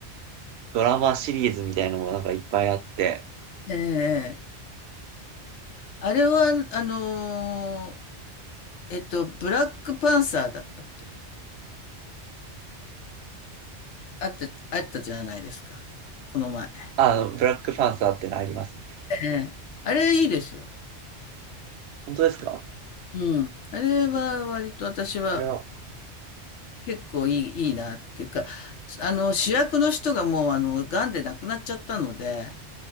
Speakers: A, on the right; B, on the left.
A: ドラマシリーズみたいのもなんかいっぱいあって、
B: ええ、ええあれは、あのーえっと、ブラックパンサーだったっけあった、あったじゃないですか、この前。
A: ああの、ブラックパンサーってのありますね。
B: ええ。あれいいですよ。
A: 本当ですか
B: うん。あれは割と私は
A: あれは。
B: 結構いい、いいなっていうか、あの、主役の人がもうあの、癌で亡くなっちゃったので、